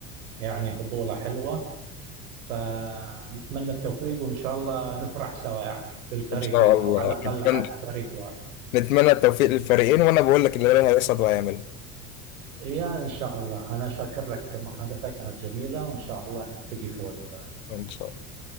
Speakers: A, on the right (about 70°); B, on the left (about 70°).
A: يعني بطوله حلوه فنتمنى التوفيق وان شاء الله نفرح سوا يعني بالفريقين
B: ان شاء الله
A: او على الاقل
B: نتمنى
A: عاد فريق واحد
B: نتمنى التوفيق للفريقين وانا بقول لك اللي هيحصل وهيعمله
A: يا إن شاء الله أنا شاكر لك المحادثة كانت جميلة وإن شاء الله نلتقي في وقت ثاني
B: ان شاء الله